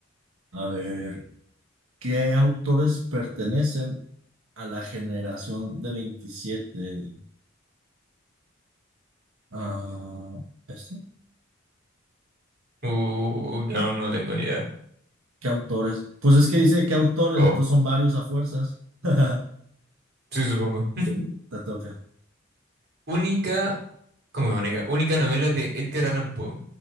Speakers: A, on the right; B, on the right.
A: A ver. ¿Qué autores pertenecen a la generación de veintisiete Ah, ¿esto?
B: Uh, no, no tengo ni idea.
A: ¿Qué autores? Pues es que dice qué autores,
B: Oh,
A: entonces son varios a fuerzas. <laughs>
B: sí, supongo. <laughs>
A: Te toca.
B: Única... ¿Cómo que única? Única novela de Edgar Allan Poe.